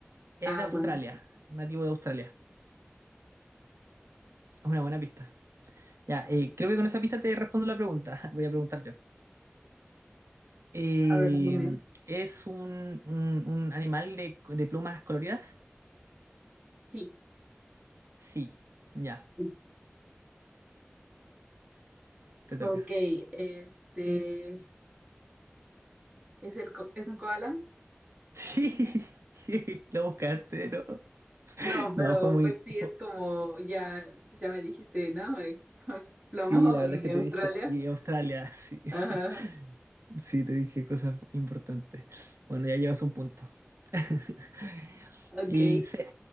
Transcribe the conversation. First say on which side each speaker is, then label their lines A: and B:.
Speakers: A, on the right; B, on the right.
A: Es
B: Ah,
A: de Australia,
B: bueno.
A: nativo de Australia. Es una buena pista. Ya, eh, creo que con esa pista te respondo la pregunta. <laughs> Voy a preguntar yo. Eh,
B: A ver, dime.
A: ¿es un, un- un animal de, de plumas coloridas?
B: Sí.
A: Sí. Ya,
B: sí.
A: te
B: Ok,
A: toca. <laughs>
B: este, ¿es el co- es un koala?
A: Sí, <laughs> lo buscaste, ¿no?
B: No, pero
A: No, fue muy...
B: pues sí es
A: fue-
B: como ya, ya me dijiste, ¿no? plomo
A: Sí, la verdad
B: en
A: es que te
B: Australia.
A: dije. Y Australia, sí.
B: Ajá,
A: <laughs> Sí, te dije cosas importantes. Bueno, ya llevas un punto. <laughs>
B: ok,
A: Y se-